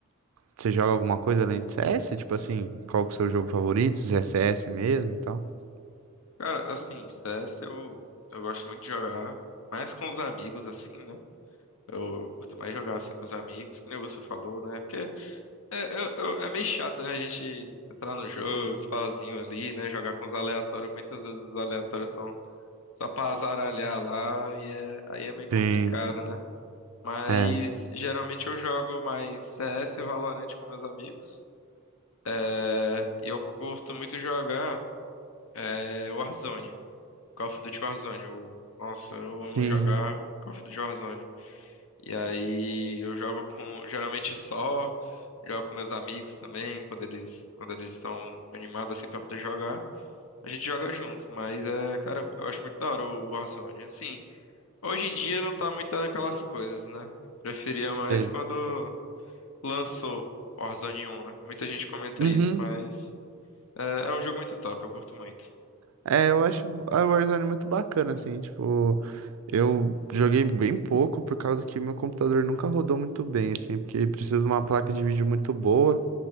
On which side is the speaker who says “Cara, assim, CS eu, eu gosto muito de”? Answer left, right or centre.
Left